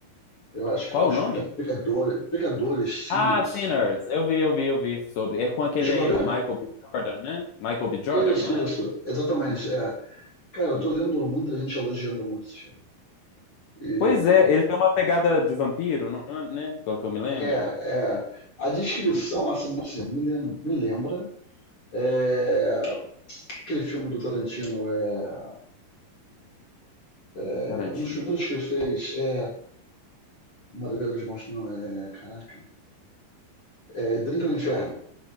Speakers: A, on the left; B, on the left.
A: Eu acho que
B: Qual
A: é os
B: o nome?
A: peca- pecadores, pecadores, Sinners.
B: Ah, Sinners. Eu vi, eu vi, eu vi sobre. É com aquele
A: Tu chegou a
B: Michael
A: ver?
B: B. Jordan, né? Michael B. Jordan,
A: Isso,
B: não
A: isso.
B: é?
A: Exatamente,
B: Hum,
A: é. Cara, eu
B: hum.
A: tô lendo muita gente elogiando muito esse filme. E,
B: Pois é, ele tem uma pegada de vampiro, não é, né? Pelo que eu me lembro.
A: é, é. A descrição,
B: Hum,
A: a sinopse me lem- me lembra É, aquele filme do Tarantino. É, é
B: Tarantino.
A: um dos primeiros que ele fez é Madrugada dos Monstros, não, é... Caraca. É Drink no Inferno.